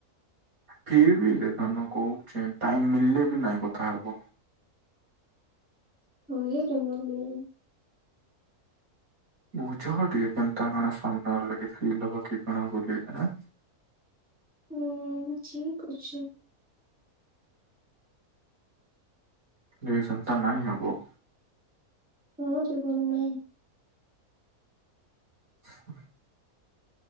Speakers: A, on the right; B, in the centre.
A: କେହି ବି ହେଲେ ଧନ କହୁଛ ଟାଇମ ମିଳିଲେ ବି ନାଇଁ କଥା ହବ।
B: <unintelligible>
A: ବୁଝ ଟିକେ କେନ୍ତା କଣ ସାମ୍ନ ଆଲାଗେ ଫିଲ୍ ହବ କି କଣା ଏଁ।
B: ହୁଁ ଠିକ ଅଛି।
A: ଏ ସେନ୍ତା ନାଇଁ ହବ।
B: ହଁ <unintelligible>
A: <inaudible>